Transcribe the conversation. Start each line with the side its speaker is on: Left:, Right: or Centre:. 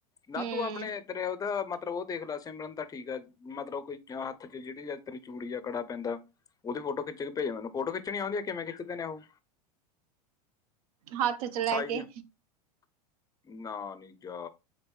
Left: ਨਾ
Right: ਹੂੰ
Left: ਤੂੰ ਆਪਣੇ ਤਰੇ ਉਹਦੇ ਮ ਮਤਲਬ ਉਹ ਦੇਖ ਲੈ ਸਿਮਰਨ ਤਾਂ ਠੀਕ ਆ ਮਤਲਬ ਕੋਈ ਜਾਂ ਹੱਥ 'ਚ ਜਿਹੜੀ ਤੇਰੀ ਚੂੜੀ ਜਾ ਕੜਾ ਪੈਂਦਾ ਉਹਦੀ ਫੋਟੋ ਖਿੱਚ ਕੇ ਭੇਜ ਮੈਨੂੰ ਫੋਟੋ ਖਿੱਚਣੀ ਆਂਦੀ ਆ ਕਿਵੇ ਖਿੱਚਦੇ ਨੇ ਉਹ
Right: ਹੱਥ 'ਚ ਲੈ
Left: ਸਾਈਜ਼
Right: ਕੇ
Left: ਨਾ ਨੀ ਜਾ,